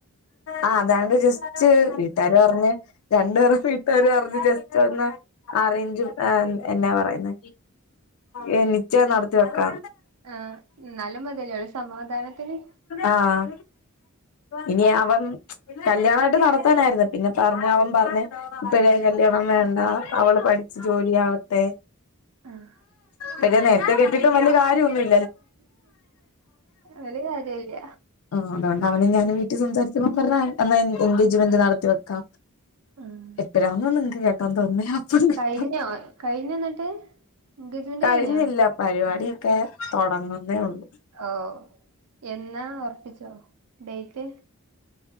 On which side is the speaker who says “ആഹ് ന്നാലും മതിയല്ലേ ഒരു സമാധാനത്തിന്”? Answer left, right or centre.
Right